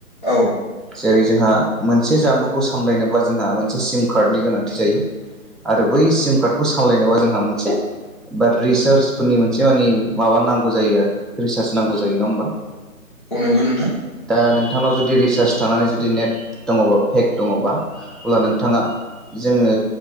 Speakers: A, on the left (about 35°); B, in the centre.
A: औ
B: जेरै जोंहा मोनसे जामुंखौ सामलायनोबा जोंहा मोनसे सिम कार्डनि गोनांथि जायो आरो बै सिम कार्डखौ सामलायनायावा जोंहा मोनसे। बा रिसार्चफोरनि मोनसे मानि माबा नांगौ जायो आरो रिसार्च नांगौ जायो ना होमबा
A: औ नंगौ नोंथां
B: दा आ नोंथांनाव जुदि रिसार्ज थानानै जुदि नेट दङबा पेक दङबा अब्ला नोंथाङा। जोङो